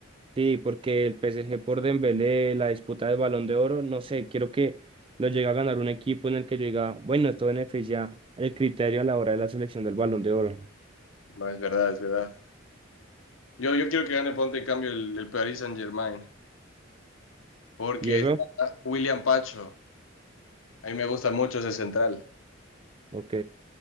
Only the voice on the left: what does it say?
No, es verdad, es verdad. Yo, yo quiero que gane, ponte en cambio el, el Paris Saint-Germain, porque
está William Pacho. A mí me gusta mucho ese central.